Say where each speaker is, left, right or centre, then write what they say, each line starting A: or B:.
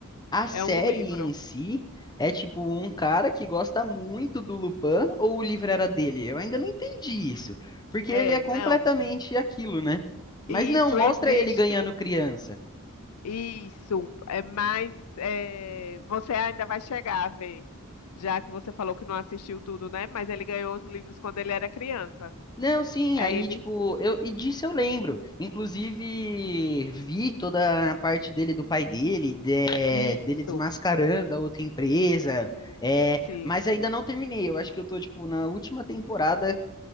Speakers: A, on the left (about 20°); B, on the left (about 85°).
A: a série
B: é um livro.
A: em si é tipo um cara que gosta muito do Lupin ou o livro era dele? Eu ainda não entendi isso. Porque
B: É,
A: ele é completamente
B: não.
A: aquilo, né? Mas
B: Isso
A: não, mostra
B: existe.
A: ele ganhando criança.
B: Isso, é mais. é, você ainda vai chegar a ver, já que você falou que não assistiu tudo, né? Mas ele ganhou os livros quando ele era criança.
A: Não, sim,
B: Aí
A: aí,
B: ele.
A: tipo, eu, e disso eu lembro. Inclusive, vi toda a parte dele do pai dele, de-
B: Isso,
A: dele desmascarando a outra empresa,
B: sim,
A: é,
B: sim,
A: mas ainda não terminei. Eu acho que eu tô, tipo, na última temporada